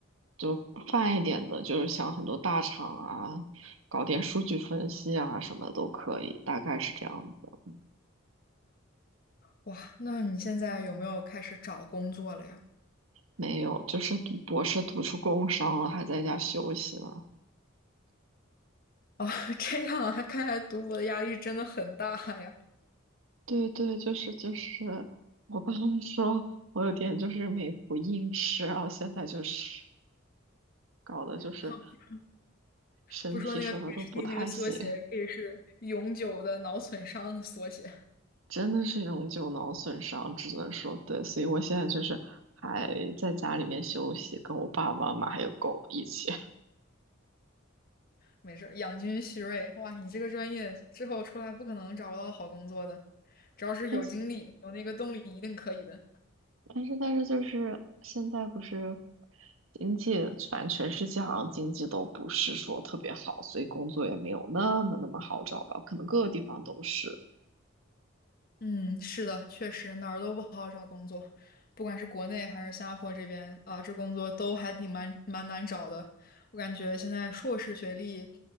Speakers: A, on the right; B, on the left.
A: 就泛一点的，就是想很多大厂啊，搞点数据分析啊什么都可以，大概是这样子。
B: 哇，那你现在有没有开始找工作了呀？
A: 没有，就是读博士读出工伤了，还在家休息呢，
B: 哦，<laughs> 这样啊，看来读博的压力真的很大呀。
A: 对对，就是就是，我爸妈说我有点就是没谱硬吃，然后现在就是搞的就是
B: <laughs>
A: 身体什么都不太行，
B: 不说那个 PhD 那个缩写可以是永久的脑损伤的缩写，
A: 真的是永久脑损伤，只能说对，所以我现在就是还在家里面休息，跟我爸爸妈妈还有狗一起。
B: 没事儿，养精蓄锐。哇，你这个专业之后出来不可能找不到好工作的，只要是有精力、
A: <laughs>
B: 有那个动力，一定可以的。
A: 但是但是就是现在不是经济，反正全世界好像经济都不是说特别好，所以工作也没有那么那么好找吧，可能各个地方都是。
B: 嗯，是的，确实哪儿都不好找工作，不管是国内还是新加坡这边啊，这工作都还挺蛮蛮难找的。我感觉现在硕士学历